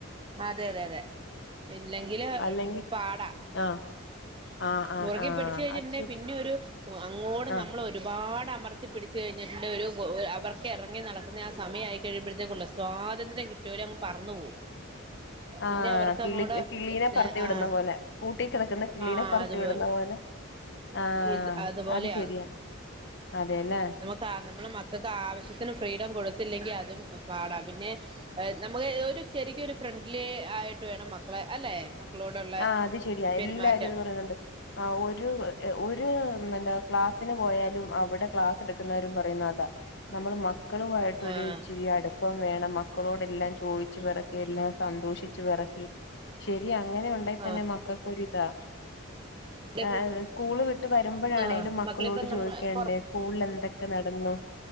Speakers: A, on the right (about 25°); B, on the left (about 55°).
A: അതെ അതെ അതെ ഇല്ലെങ്കില്
B: അല്ലെങ്കിൽ
A: പാടാ.
B: ആഹ് ആഹ് ആഹ്
A: മുറുകെ
B: ആഹ്
A: പിടിച്ച് കഴിഞ്ഞിട്ടുണ്ടെങ്കി
B: അത് ശരി
A: പിന്നെ ഒരു അങ്ങോടും
B: ആഹ്
A: നമ്മളരു ഒരുപാട് അമർത്തി പിടിച്ച്ഴിഞ്ഞിട്ടുണ്ട് ഒരു അവർക്ക് ഇറങ്ങി നടക്കുന്ന ആ സമയ ആയി കഴിയുമ്പോഴത്തേക്കുള്ള സ്വാതന്ത്ര്യം കിട്ടയോലെ അങ്ങ് പറന്നു പോവും.
B: ആഹ്
A: പിന്നെ അവർക്ക്
B: കിളി
A: അങ്ങോട്
B: കിളീനെപ്പറത്തി
A: പിന്നെ
B: വിടുന്ന
A: ആഹ്
B: പോലെ കൂട്ട കിടക്കുന്ന കിളീനെ
A: ആഹ്
B: പറത്തി
A: അതുപോലെ
B: വിടുന്ന പോലെ. ആഹ്
A: ഇത് അതുപോലെ
B: അത് ശരിയ അതെല്ലേ.
A: താ നമ്മള് മക്കൾക്ക് ആവശ്യത്തിന് ഫ്രീഡം കൊടുത്തില്ലെങ്കി അതും പാടാ. പിന്നെ നമു ഒരു ചെരിയ ഒരു ഫ്രണ്ട്ലി ആയിട്ട് വേണം മക്കളെ അല്ലെ? മക്കളോടുള്ള
B: ആഹ് അത് ശരിയാ
A: പെരുമാറ്റം
B: എല്ലാരും അത് പറയന്ന്ണ്ട്. ആഹ് ഒരു ഒരു എന്താ ക്ലാസ്സിന് പോയാലും അവിടെ ക്ലാസ് എടുക്കുന്നവരും പറയുന്ന അതാ. നമ്മള് മക്കളുമായിട്ടരു
A: ആഹ്
B: ഇച്ചിരി അടു പ്പം വേണം മക്കളോട് എല്ലാം ചോയ്ച്ചു പിറക്കി എല്ലാം സന്തോഷിച്ചു പിറക്കി ശരിയ അങ്ങനെണ്ടായി തന്നെ
A: ആഹ്
B: മക്കക്കൊരിതാ
A: ഇപ്പ
B: ഏഹ് സ്കൂള് വിട്ട് വരുമ്പോഴാണേലും
A: ആഹ്
B: മക്കളോട്
A: മക്കളിപ്പ നമ്മ
B: ചോയ്ക്കാ
A: പൊറ
B: സ്കൂളിൽ എന്തൊക്കെ നടന്നു?